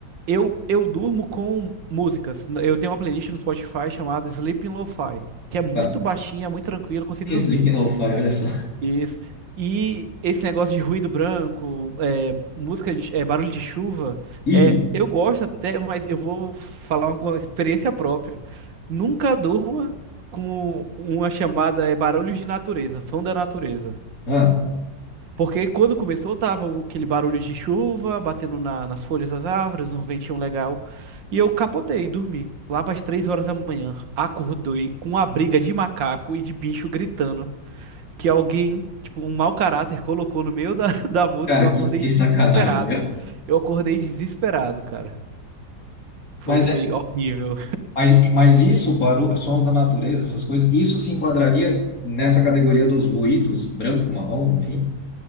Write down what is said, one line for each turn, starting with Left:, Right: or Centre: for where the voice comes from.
Right: Eu, eu durmo com músicas. Eu tenho uma playlist no Spotify chamada Sleeping Lo-Fi, que é muito
Left: Ah,
Right: baixinha, muito tranquila, eu
Left: <laughs>
Right: consigo
Left: Sleeping
Right: dormir.
Left: Lo-Fi, olha só.
Right: Isso. E esse negócio de ruído branco, é, música de, é, barulho de chuva,
Left: Isso.
Right: é, eu gosto até, mas eu vou falar uma experiência própria. Nunca durma com uma chamada é, barulhos de natureza, som da natureza.
Left: Ah,
Right: Porque quando começou, tava um- aquele barulho de chuva batendo na- nas folhas das árvores, um ventinho legal. E eu capotei, dormi. Lá para as três horas da manhã, acordei com a briga de macaco e de bicho gritando. Que alguém, tipo, um mau caráter colocou no meio da, <laughs> da música.
Left: cara,
Right: Eu acordei
Left: que, que
Right: desesperado.
Left: sacanagem, meu.
Right: Eu acordei desesperado, cara. Foi,
Left: Mas
Right: foi horrível.
Left: Mas, mas isso, barulho, sons da natureza, essas coisas, isso se enquadraria nessa categoria dos ruídos, branco, marrom, enfim?